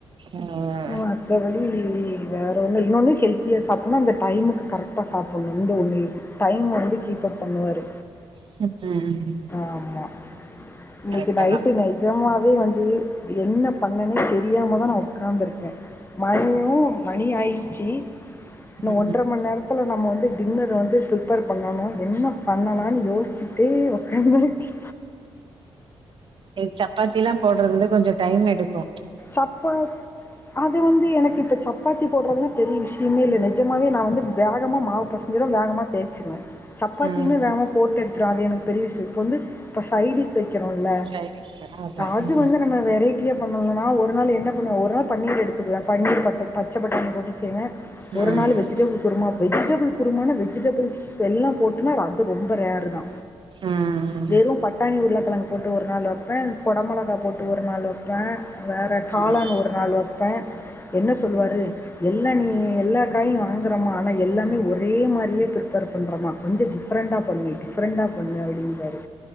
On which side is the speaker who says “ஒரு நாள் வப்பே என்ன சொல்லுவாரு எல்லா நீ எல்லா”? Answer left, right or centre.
Left